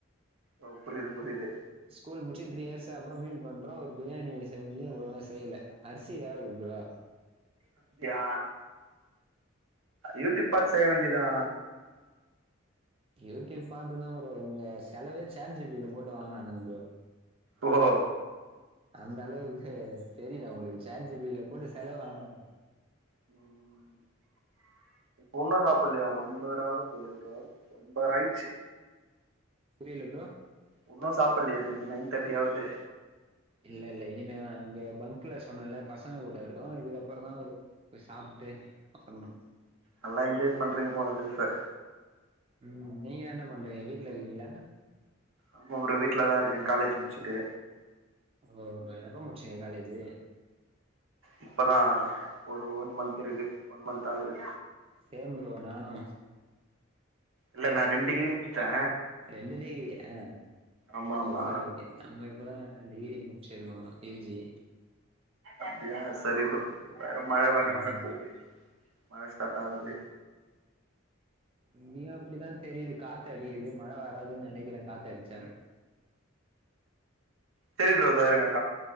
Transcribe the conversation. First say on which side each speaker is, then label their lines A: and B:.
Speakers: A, on the right; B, on the right.
A: ஓ புரியிது புரியிது
B: ஸ்கூல் முடிச்சி த்ரீ இயர்ஸ் அப்பறோ மீட் பண்றோ ஒரு பிரியாணி செஞ்சி ஒழுங்கா செய்யல அரிசி வேவல ப்ரோ
A: அப்டியா யூடியூப் பாத்து செய்ய வேண்டிதா
B: யூடியூப் பாத்துதா ப்ரோ உங்க செலவே சாட் ஜி பி டில போட்டு வாங்குனானுங்க ப்ரோ
A: ஓ‌ஹோ
B: அந்த அளவுக்கு தெரியல அவுங்களுக்கு சார்ஜிபிடில கூட்டு செலவு வாங்குறானுங்க
A: ம் ஒண்ணு சாப்ட்லையா ஒன்பதராவ போதே ப்ரோ ஒன்பதர ஆய்ச்சு
B: புரில ப்ரோ
A: உன்னு சாப்புலையா நீங்க நைன் தேர்ட்டி ஆவுது
B: இல்லேல்ல இனிமேதா இங்க பங்க்ல சொன்னல பசங்க கூட இருக்கோ இதுக்கப்பறந்தா ஒரு போய் சாப்ட்டு அப்ரமா
A: நல்லா என்ஜாய் பண்றீங்க போல லைஃப்ப
B: ம் நீங்க என்ன பண்றீங்க வீட்ல இருக்கீங்ளா
A: ஆமா ப்ரோ வீ்ட்லதா இருக்கே காலேஜ் முச்சுட்டு
B: ஓ எப்ப முடிச்சிங்க காலேஜு
A: இப்பதா ஒரு ஒன் மந்த்த் இருக்கு ஒன் மந்த்தாகுது
B: சேம் ப்ரோ நானு
A: இல்ல நான் ரெண்ட் டிகிரி முடிச்சிட்டே
B: ரெண்டு டிகிரியா
A: ஆமா ஆமா
B: ஓகே ஓகே ஏ நம்ம இப்பதா டிகிரி முடிச்சிருக்கோ யூ ஜி
A: அப்டியா செரி ப்ரோ வேற மழ வேற
B: ஒன்
A: வர
B: மந்த்
A: போகுது மழ ஸ்டார்டாவுது
B: இங்கேயு அப்டிதா தெரியுது காத்து அடியுது மழ வராதுன்னு நெனைக்கிறே காத்தடிச்சா
A: சேரி ப்ரோ இதோருங்க